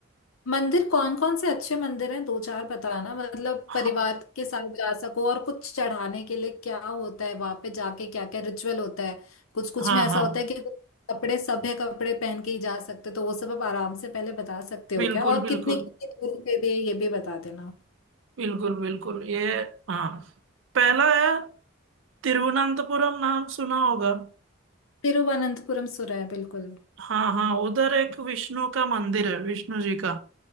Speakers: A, on the left; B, on the right.
A: मंदिर कौन कौन से अच्छे मंदिर हैं दो चार बताना मतलब
B: हाँ
A: परिवार के साथ जा सको और कुछ चढ़ाने के लिए क्या होता है वहां पे जाके क्या क्या रिचुअल होता है कुछ कुछ
B: हाँ
A: में ऐसा
B: हाँ,
A: होता है कि कुछ कपड़े सभ्य कपड़े पहन के ही जा सकते हो, तो वो सब आप आराम से पहले बता सकते हो
B: बिल्कुल
A: क्या और
B: बिल्कुल
A: कितने कितने दूरी पे भी है ये भी बता देना
B: बिल्कुल बिल्कुल ये हाँ पहला है तिरुवनंतपुरम नाम सुना होगा
A: तिरुवनंतपुरम सुर है बिल्कुल
B: हाँ हाँ उधर एक विष्णु का मंदिर है विष्णु जी का